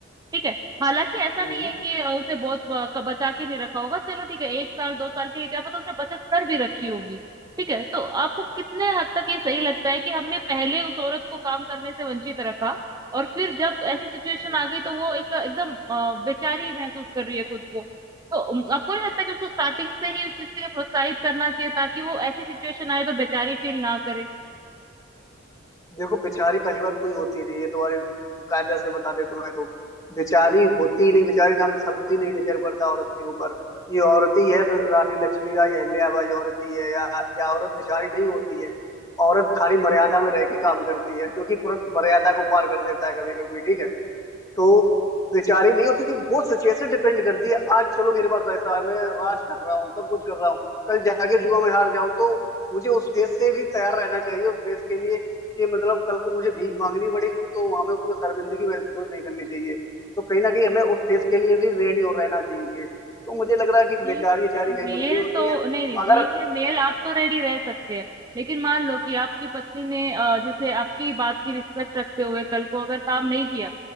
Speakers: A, on the right (about 20°); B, on the left (about 20°).
A: ठीक है हालांकि ऐसा
B: हम्म,
A: नहीं है कि अ, उसे बहुत ब- क- बचा के नहीं रखा होगा चलो ठीक है एक साल दो साल के लिए क्या पता उसने बचत कर भी रखी होगी ठीक है तो आपको कितने हद तक ये सही लगता है कि हमने पहले उस औरत को काम करने से वंचित रखा और फिर जब ऐसी सिचुएशन
B: हम्म।
A: आ गई तो वो एक एकदम अ, बेचारी महसूस कर रही है खुद को तो उम, आपको नहीं लगता कि उसको स्टार्टिंग से ही उस चीज के लिए प्रोत्साहित करना चाहिए ताकि वो ऐसी सिचुएशन आए तो बेचारी फील ना करे
B: देखो बेचारी पहली बात कोई होती नहीं ये तुम्हारी कायदा से बता दे तुम्हें तो बेचारी होती ही नहीं बेचारी नाम शब्द ही नहीं डिजर्व करता औरत के ऊपर ये औरत ही है रानी लक्ष्मी या अहल्याबाई औरत ही है या, या औरत बेचारी नहीं होती है औरत खाली मर्यादा में रह के काम करती है जो कि पुरुष मर्यादा को पार कर देता है कभी कभी ठीक है तो बेचारी नहीं होती वो सिचुएशन डिपेंड करती है आज चलो मेरे पास पैसा है मैं राज कर रहा हूँ सब कुछ कर रहा हूँ कल जाके जुआ में हार जाऊं तो मुझे उस फेज से भी तैयार रहना चाहिए उस फेज के लिए कि मतलब कल को मुझे भीख मांगनी पड़ेगी तो हमें उसमें शर्मिंदगी महसूस नहीं करनी चाहिए तो कहीं ना कहीं हमें उस फेज के लिए भी रेडी हो रहना चाहिए तो मुझे लग रहा है कि
A: बीइंग
B: बेचारी बेचारी
A: ए
B: कहीं
A: मेल
B: कुछ नहीं होती
A: तो
B: है
A: नहीं नहीं
B: अगर
A: बीइंग ए मेल आप तो रेडी रह सकते हैं लेकिन मान लो कि आपकी पत्नी ने अ, जैसे आपकी बात की रिस्पेक्ट रखते हुए कल को अगर काम नहीं किया